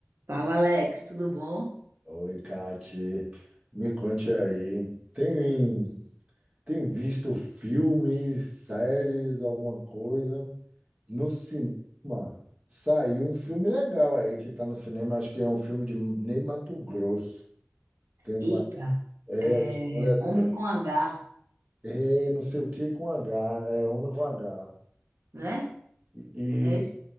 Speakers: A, on the right (about 80°); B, on the right (about 30°).
A: Fala, Alex, tudo bom?
B: Oi, Kati. Me conte aí. Tem, tem visto filmes, séries, alguma coisa? No cinema, saiu um filme legal aí que está no cinema. Acho que é um filme de Ney Matogrosso. Tem uma.
A: Eita,
B: É,
A: é,
B: a história
A: Homem
B: dele.
A: com H,
B: É, não sei o que com H. É, Homem com H.
A: né?
B: E,
A: Não é isso?